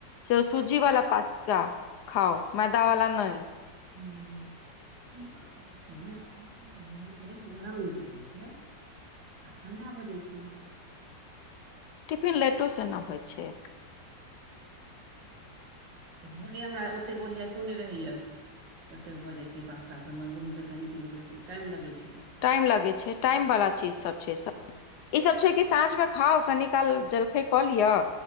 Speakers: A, on the left (about 70°); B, on the right (about 75°).
A: से सुजी वलाा पास्ता खाउ मैदा वला नय
B: ह ठंडा भऽ जाए छै न गरम नीक लगैत छै आ ठण्डा भऽ जाइ छै
A: टिफिन लेटो से न होइ छै
B: भोरे हमरा ओतेक ओरियाइतो नय रहैय ततेक भऽ जाए छै पासता सब म ओहूम तऽ कनी कनी टाइम लगैत छै
A: टाइम लगे छै टाइम वाला चीज सब छै सब
B: हँ
A: ई सब छै कि साँझ में खाउ कनि काल जलखैय कऽ लियअ